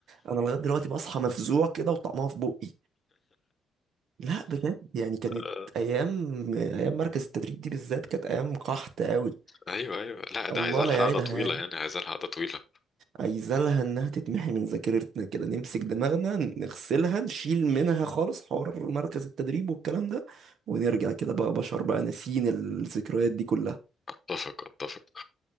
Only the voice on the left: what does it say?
<laughs>
أيوه أيوه لا ده
عايزة
لها قعدة
طويلة
يعني عايزة لها قعدة طويلة
أتفق أتفق